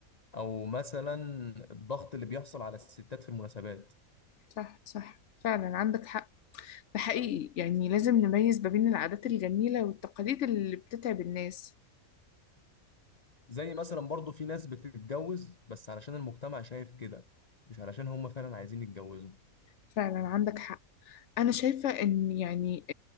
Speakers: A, on the left; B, on the left.
A: او مثلا الضغط اللي بيحصل على الستات في المناسبات
B: صح صح فعلا عندك حق ده حقيقي يعني لازم نميز ما بين العادات الجميلة والتقاليد اللي بتتعب الناس
A: زي مثلا برضو في ناس بتتجوز بس علشان المجتمع شايف كده مش علشان هم فعلا عايزين يتجوزوا
B: فعلا عندك حق أنا شايفة إن يعني